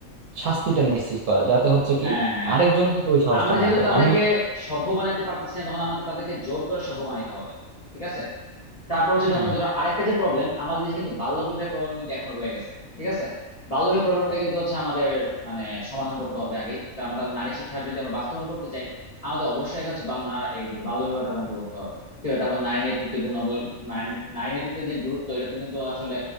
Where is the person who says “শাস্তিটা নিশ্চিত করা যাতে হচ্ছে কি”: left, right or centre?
Right